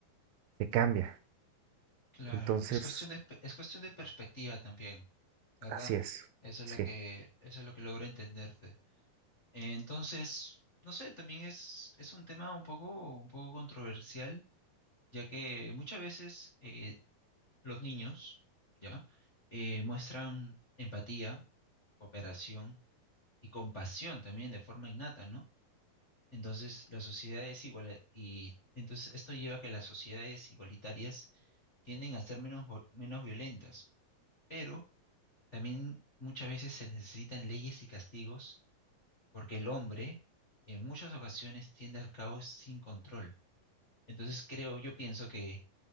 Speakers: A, on the right; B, on the left.
A: te cambia.
B: Claro,
A: Entonces,
B: es cuestión de, pe- es cuestión de perspectiva también, ¿verdad?
A: así es,
B: Eso
A: sí.
B: es lo que, eso es lo que logro entenderte. Entonces, no sé, también es, es un tema un poco, un poco controversial, ya que muchas veces eh, los niños, ¿ya? Eh, muestran empatía, cooperación y compasión también de forma innata, ¿no? Entonces, la sociedad es igual y entonces esto lleva a que las sociedades igualitarias tienden a ser menos, vo- menos violentas pero también muchas veces se necesitan leyes y castigos porque el hombre en muchas ocasiones tiende al caos sin control. Entonces creo, yo pienso que